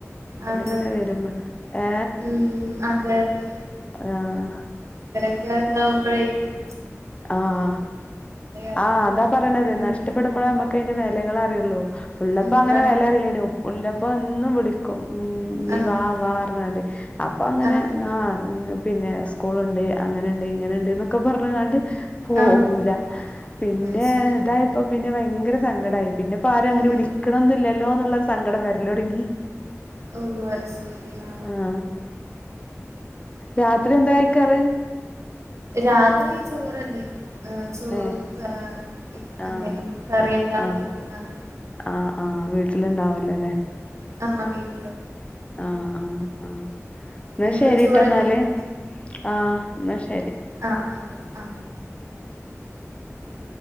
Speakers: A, on the left; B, on the right.
A: കണ്ണിലിങ്ങനെ
B: അതെ അതെ
A: വരുമ്പോ ഏ
B: ഉം അതെ അതെ
A: ആഹ
B: ന്താവുമ്പോഴേക്കും
A: ആഹ
B: അറിയാം
A: ആഹ അതാ പറയണത്
B: ഉം
A: നഷ്ടപ്പെടുമ്പോഴ നമ്മുക്ക് അതിന്റെ വിലക പറുള്ളൂ ഉള്ളപ്പ
B: ഉം
A: അങ്ങനെ
B: അതെ
A: വിലാറില്ലേ ഉള്ള അപ്പൊ എന്നും വിളിക്കും ഉം നീ
B: ആഹ്
A: വാ വാറണണ്ട് അപ്പൊ അങ്ങനെ
B: ആഹ്
A: ആഹ് പിന്നെ സ്കൂൾ ഉണ്ട് അങ്ങനെയുണ്ട് ഇങ്ങനെയുണ്ട് എന്നൊക്കെ പറഞ്ഞാണ്ട് പോവൂല
B: ആഹ്
A: പിന്നെ
B: അത് ശരി
A: ഇതായപ്പ പിന്നെ ഭയങ്കര സങ്കടം ആയി പിന്നെപ്പൊ ആരും
B: ഉം
A: അങ്ങനെ വിളിക്കണംന്നില്ലല്ലോ എന്നുള്ള സങ്കടം വരലൊടുങ്ങി
B: ഓ അത് ശരിയാ
A: ആഹ് രാത്രി എന്താ കഴിക്കാറ്
B: രാത്രി ചോറ് തന്നെയാ ഏ ചോറും
A: ഏഹ്
B: ഏ എന്തേലും
A: ആഹ്
B: കറി എന്തണോ
A: ആഹ്
B: വെക്കുന്നത്
A: ആഹ് ആഹ് വീട്ടിലുണ്ടാവല്ലോ
B: നമ്മ വീട്ടി
A: ആആഹ് ആ എന്നാ
B: നിങ്ങളും
A: ശരിട്ടേ
B: ചോറന്നെയാണോ
A: എന്നാല് ആഹ് എന്നാ ശരി
B: ആ ആ ആ <inaudible>